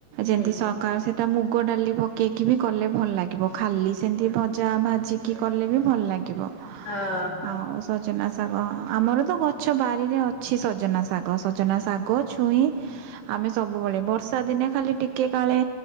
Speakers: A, on the right; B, on the left.
A: ଯେମିତି
B: ହୁଁ
A: ସରକାର ସେ ମୁଗ ଡାଲି ପକେଇକି ବି କଲେ ଭଲ୍ ଲାଗିବ ଖାଲି ସେମିତି ଭଜା ଭାଜି କି କଲେ ବି ଭଲ୍ ଲାଗିବ।
B: ହଁ।
A: ଆଉ ସଜନା ଶାଗ ଆମର ତ ଗଛ ବାରିରେ ଅଛି ସଜନା ଶାଗ ସଜନା ଶାଗ, ଛୁଇଁ।
B: ହ
A: ଆମେ ସବୁବେଳେ ବର୍ଷା ଦିନେ ଖାଲି ଟିକେ କାଳେ